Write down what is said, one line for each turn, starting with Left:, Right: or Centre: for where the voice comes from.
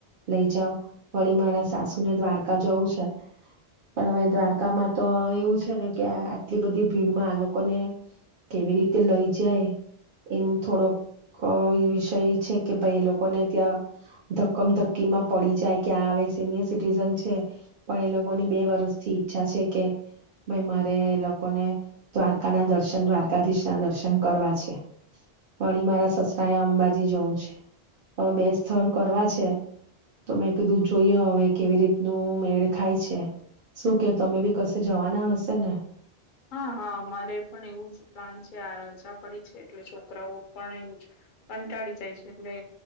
Right: લઈ જાવ. વળી મારા સાસુને દ્વારકા જવું છે. પણ હવે દ્વારકામાં તો એવું છે ને કે આટલી બધી ભીડમાં આ લોકોને, કેવી રીતે લઈ જાય, એમ થોડોક વિષય છે કે ભાઈ, એ લોકોને ત્યાં, ધક્કમ ધક્કી માં પડી જાય કે આ હવે સિનિયર સિટીઝન છે, પણ એ લોકોની બે વરી સરસથી ઈચ્છા છે કે, ભાઈ, મારે લોકોને દ્વારકા ના દર્શન દ્વારકાધીશ ના દર્શન કરવા છે, વળી મારા સસરા એ અંબાજી જવું છે, હવે બે સ્થળ કરવા છે, તો મેં કીધું જોઈએ હવે કેવી રીતનું મેળ ખાય છે. શું કેવ તમે બી કશે જવાના હશે ને?
Left: હા હા અમારે પણ એવું જ પ્લાન છે આ રજા પડી છે એટલે છોકરાઓ પણ એવું કંટાળી જાય છે, એટલે